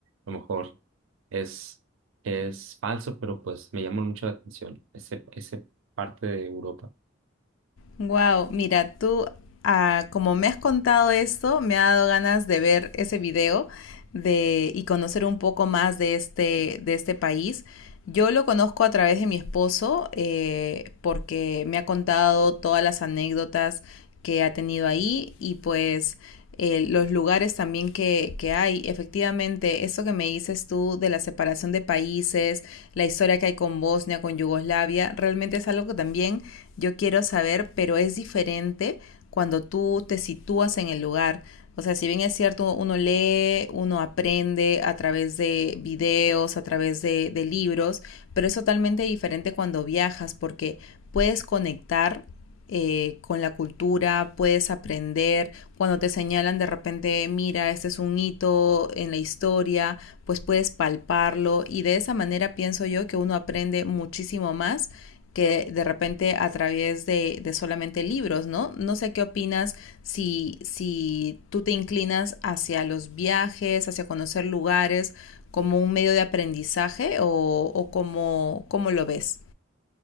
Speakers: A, on the right; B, on the left.
A: a lo mejor es, es falso, pero pues me llama mucho la atención ese, ese parte de Europa.
B: Wow, mira, tú, ah, como me has contado esto, me ha dado ganas de ver ese video de, y conocer un poco más de este, de este país. Yo lo conozco a través de mi esposo, eh, porque me ha contado todas las anécdotas que ha tenido ahí y pues eh, los lugares también que, que, hay. Efectivamente, eso que me dices tú de la separación de países, la historia que hay con Bosnia, con Yugoslavia, realmente es algo que también yo quiero saber, pero es diferente cuando tú te sitúas en el lugar. O sea, si bien es cierto, uno lee, uno aprende a través de videos, a través de, de libros, pero es totalmente diferente cuando viajas porque puedes conectar eh, con la cultura, puedes aprender. Cuando te señalan de repente, mira, este es un hito en la historia, pues puedes palparlo y de esa manera pienso yo que uno aprende muchísimo más que de repente a través de, de solamente libros, ¿no? No sé qué opinas si, si tú te inclinas hacia los viajes, hacia conocer lugares como un medio de aprendizaje o, o cómo, cómo lo ves.